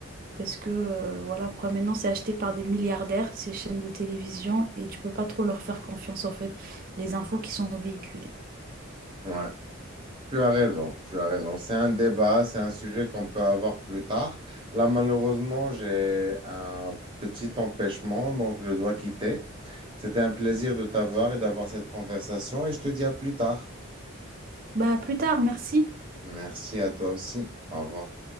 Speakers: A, on the right; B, on the right.
A: Parce que euh, voilà quoi, maintenant c'est acheté par des milliardaires, ces chaînes de télévision et tu peux pas trop leur faire confiance en fait, les infos qui sont véhiculées.
B: Ouais. Tu as raison, tu as raison. C'est un débat, c'est un sujet qu'on peut avoir plus tard. Là, malheureusement, j'ai un petit empêchement, donc je dois quitter. C'était un plaisir de t'avoir et d'avoir cette conversation et je te dis à plus tard.
A: Bah à plus tard, merci.
B: Merci à toi aussi. Au revoir.